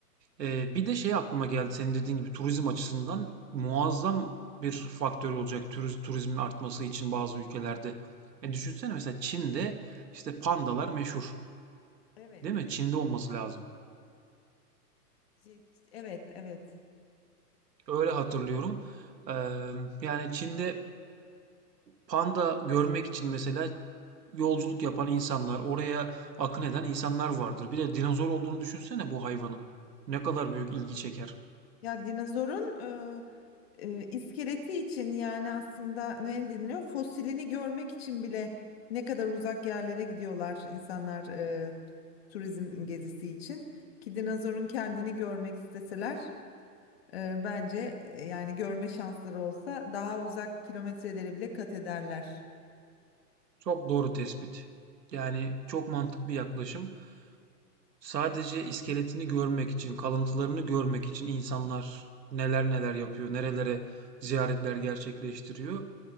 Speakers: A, on the right; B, on the left.
A: Ee, bir de şey aklıma geldi senin dediğin gibi turizm açısından muazzam bir faktör olacak turiz- turizmin artması için bazı ülkelerde. E, düşünsene mesela Çin'de işte pandalar meşhur,
B: Evet.
A: değil mi? Çin'de olması lazım.
B: Ce- Evet, evet.
A: Öyle hatırlıyorum. Ee, yani Çin'de panda görmek için mesela yolculuk yapan insanlar, oraya akın eden insanlar vardır. Bir de dinozor olduğunu düşünsene bu hayvanın. Ne kadar büyük ilgi çeker.
B: Ya dinozorun e, iskeleti için yani aslında ne deniliyor? Fosilini görmek için bile ne kadar uzak yerlere gidiyorlar insanlar e, turizm gezisi için. Ki dinozorun kendini görmek isteseler e, bence e, yani görme şansları olsa daha uzak kilometreleri bile kat ederler.
A: Çok doğru tespit. Yani çok mantıklı bir yaklaşım. Sadece iskeletini görmek için, kalıntılarını görmek için insanlar neler neler yapıyor, nerelere ziyaretler gerçekleştiriyor.